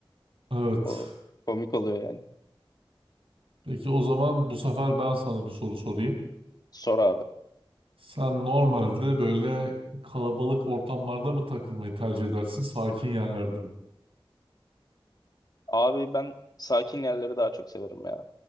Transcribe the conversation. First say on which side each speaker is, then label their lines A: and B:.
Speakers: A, on the right; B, on the left.
A: evet.
B: O komik oluyor yani.
A: Peki o zaman bu sefer ben sana bir soru sorayım.
B: Sor abi.
A: Sen normalde böyle kalabalık ortamlarda mı takılmayı tercih edersin, sakin yerlerde mi?
B: Abi ben sakin yerleri daha çok severim ya.